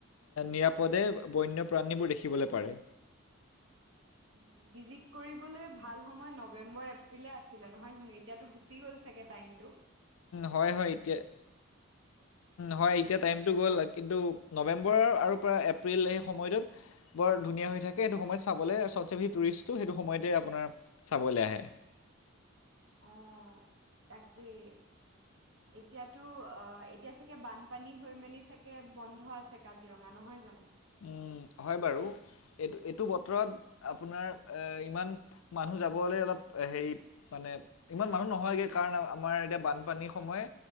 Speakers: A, on the left; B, on the right.
A: নিৰাপদে বন্যপ্ৰাণীবোৰ দেখিবলৈ পাৰে।
B: উম' ভিজিত কৰিবলৈ ভাল সময় নৱেম্বৰ, এপ্ৰিলে য়ে আছিলে নহয়, এতিয়াতো গুচি গ'ল চাগে টাইমতটো।
A: হয় হয় এতিয়া, হয় এতিয়া টাইমটো গ'ল কিন্তু নৱেম্বৰ আৰু পৰা এপ্ৰিল এই সময়টোত বৰ ধুনীয়া হৈ থাকে সেইটো সময়ত চাবলে চবচে টুৰিষ্ট হৈটো সময়তে আপোনাৰ চাবলৈ আহে।
B: অহ' তাকে - এতিয়াতো, অ' এতিয়া চাগে বানপানী হৈ মেলি চাগে বন্ধ আছে কাজিৰঙা নহয় জানো?
A: উম' হয় বাৰু এইটো এইটো বতৰত আপোনাৰ এ ইমান মানুহ যাবলে অলপ হেৰি, মানে ইমান মানুহ নহয়গে সেই কাৰণ আমাৰ এতিয়া বানপানীৰ সময়